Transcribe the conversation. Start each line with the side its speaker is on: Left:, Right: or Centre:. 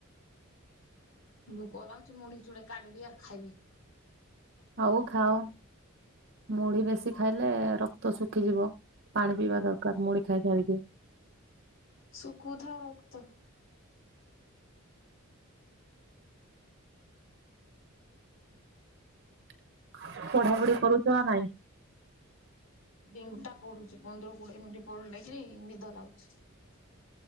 Left: <unintelligible>
Right: ଆଉ ଖାଅ ମୁଢି ବେଶୀ ଖାଇଲେ ରକ୍ତ ଶୁଖିଯିବ ପାଣି ପିଇବା ଦରକାର ମୁଢି ଖାଇ ସାରିକି।
Left: ସୁକୁଥାଉ ରକ୍ତ।
Right: <inaudible> ପଢ଼ାପଢ଼ି କରୁଛ ନା ନାଇଁ। <inaudible>
Left: ଦଟା ପଡୁଛି ପନ୍ଦର କୋଡିଏ ମିନିଟ ପଢ ନେଇକ ନିଦ ଲାଗୁଛି। <unintelligible>